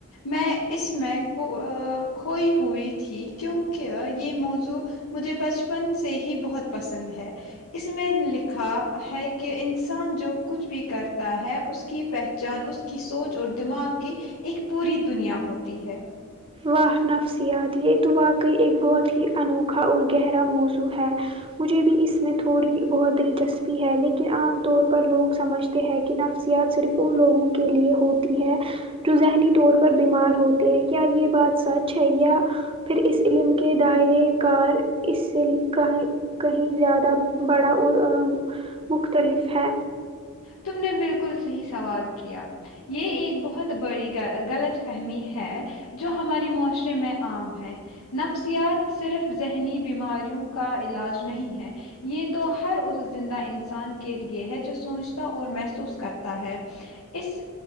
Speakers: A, on the left (about 80°); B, on the right (about 25°).
A: میں اس میں کھوئی ہوئی تھی کیونکہ یہ موضوع مجھے بچپن سے ہی بہت پسند ہے اس میں لکھا ہے کہ انسان جو کچھ بھی کرتا ہے اس کی پہچان اس کی سوچ اور دماغ کی ایک پوری دنیا ہوتی ہے
B: واہ نفسیات یہ تو واقعی ایک بہت ہی انوکھا اور گہرا موضوع ہے مجھے بھی اس میں تھوڑی بہت دلچسپی ہے لیکن عام طور پر لوگ سمجھ تے ہے کہ نفسیات صرف ان لوگوں کے لیے ہوتی ہے جو ذہنی طور پر بیمار ہوتے ہیں کیا یہ بات سچ ہے یا پھر اس علم کے دائرے کار اس سے کہیں کہیں زیادہ بڑا اور مختلف ہے
A: تم نے بالکل صحیح سوال کیا یہ ایک بہت بڑی غلط فہمی ہے جو ہمارے معاشرے میں عام ہے نفسیات صرف ذہنی بیماریوں کا علاج نہیں ہے یہ تو ہر اس زندہ انسان کے لے ہے جو سوچ تا اور محسوس کرتا ہے اس